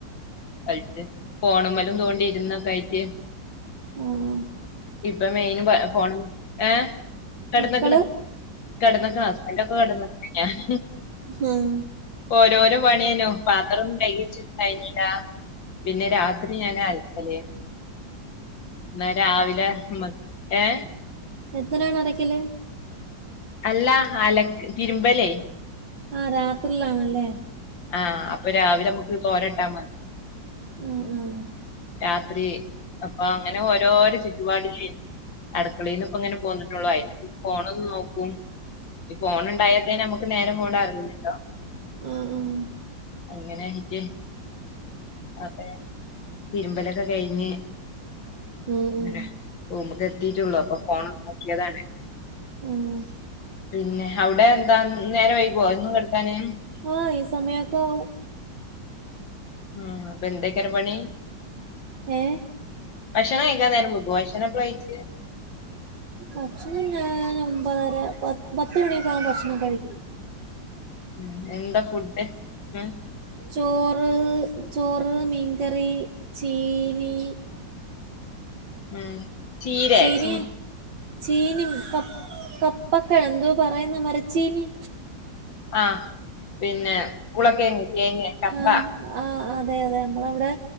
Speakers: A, on the left (about 80°); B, on the right (about 70°).
A: കഴിച്ച് ഫോണുമേലും തോണ്ടിയിരുന്ന കയിക്ക്
B: ഉം.....
A: ഇപ്പൊ മെയിന് ഫോണും ഏ... കെടന്നക്കണ്
B: മക്കള്
A: കെടന്നക്കാ ഹസ്ബൻഡ ഒക്കെ കെടന്ന് ഞാൻ-
B: ആഹ്
A: ഓരോരോ പണിയനോ പാത്രഒന്നും കൈകിച്ചിട്ട് ണ്ടായിനില പിന്നെ രാത്രി ഞാൻ അൽക്കല് എന്നാ രാവിലെ നമ്മക്ക് ഏ
B: എത്രാണ് അരക്കല്?
A: അല്ല ആലക്ക് തിരുമ്പലേ!
B: ആ രാത്രിയിലാണല്ലേ!
A: ആഹ്! അപ്പൊ രാവിലെ നമുക്ക് കോരട്ടാ മതി-
B: ഉം... ഉം....
A: രാത്രി അപ്പൊ അങ്ങനെ ഓരോരോ ചുറ്റുപാടില് അടക്കളയി നിന്ന് ഇപ്പോ ഇങ്ങനെ പോന്നിട്ടുള്ളോ അതിന്റെ കൂടെ ഫോണൊന്ന് നോക്കും ഈ ഫോൺ ഉണ്ടായോട്ട് നമുക്ക് നേരം പോണ അറിയുന്നില്ല
B: ആ.. ആഹ്!
A: അങ്ങനൊയിട്ട് അപ്പെ തിരുമ്പലൊക്കെ കഴിഞ്ഞ്
B: ഉം ഉം
A: അങ്ങനെ പുമുക്ക് എത്തിട്ടേള്ളൂ അപ്പൊ ഫോൺ നോക്കിയതാണ്
B: ആഹ്
A: പിന്നെ അവിടെ എന്താ നേരെ വൈകോ എന്നും കിടക്കാന്?
B: ആഹ്! ഈ സമയക്കെ ആവും
A: ഉ അപ്പൊ എന്തൊക്കെയറ പണി?
B: ഏഹ്
A: ഭക്ഷണം കഴിക്കാൻ നേരം മുമ്പ് ഭക്ഷണക്കെ കഴിച്ച്
B: ഭക്ഷണം ഞൻ ഒമ്പതര പത്ത് മണിയൊക്കെ ആകുമ്പം ഭക്ഷണം കഴിക്കും
A: ഉം... എന്താ ഫുഡ് ഇന്ന്?
B: ചോറ്, ചോറ്, മീൻകറി, ചീനി
A: ഉം... ചീരെ
B: ചീനി
A: ചീ-
B: ചീനി ക കപ്പക്കൾ എന്തോ പറയുന്ന മരച്ചീനി
A: ആഹ്! പിന്നെ കുളക്കേങ്ങ തേങ്ങ കപ്പ
B: ആഹ് ആഹ്.... അതെ! അതെ! നമ്മളവിടെ